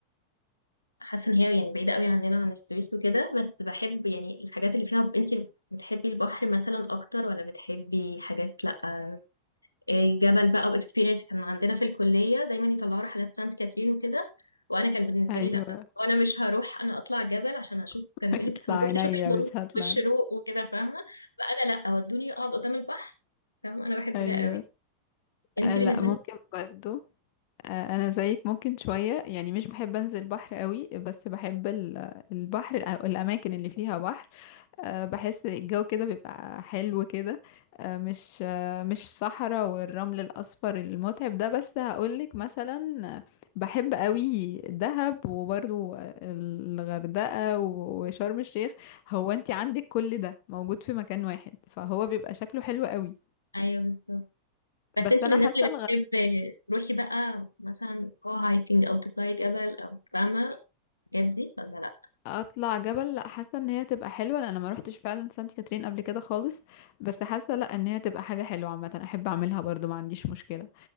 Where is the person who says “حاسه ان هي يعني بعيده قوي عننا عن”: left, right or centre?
Left